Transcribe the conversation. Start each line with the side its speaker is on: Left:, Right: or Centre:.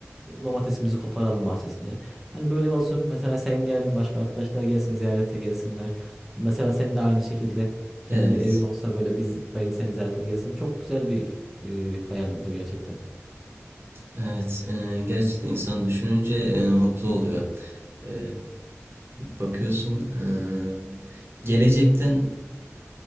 Centre: domatesimizi koparalım bahçesinden. Hani böyle olsun. Mesela sen gel, başka arkadaşlar gelsin, ziyarete gelsinler. Mesela senin de aynı şekilde kendi
Right: evet,
Centre: evin olsa böyle biz ben seni ziyarete gelsem çok güzel bir e, hayal bu da gerçekten.
Right: evet. Ee, gerçekten insan düşününce e, mutlu oluyor. Ee, bakıyorsun e, gelecekten